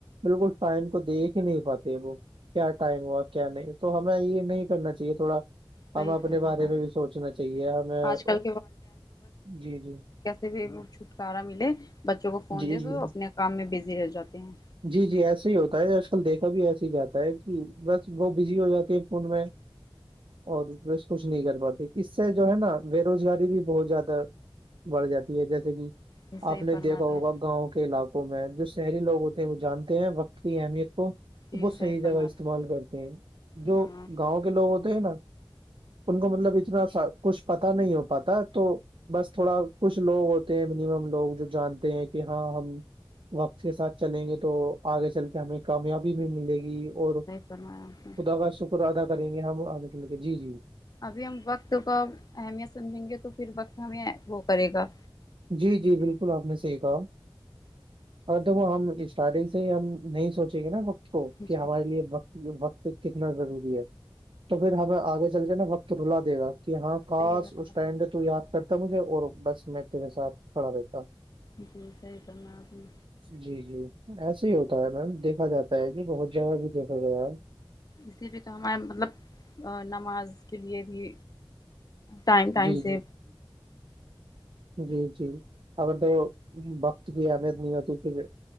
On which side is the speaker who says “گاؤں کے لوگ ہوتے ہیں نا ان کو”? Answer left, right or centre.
Right